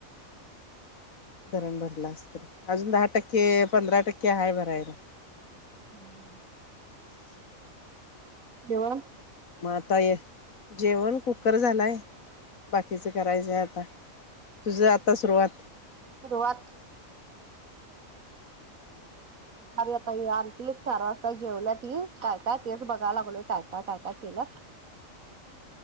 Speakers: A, on the left; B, on the right.
A: धरण भरलास तरी अजून दहा टक्के पंधरा टक्के हाय भरायला.
B: म हा. बोल
A: मग आता ये जेवण कुकर झालाय. बाकीचं करायचंय आता. तुझा आता सुरुवात.
B: सुरुवात अरे आता ये आरतीले चार वाजता जेवल्या ती काय काय तेच बघायला लागलोय काय काय काय काय केलं.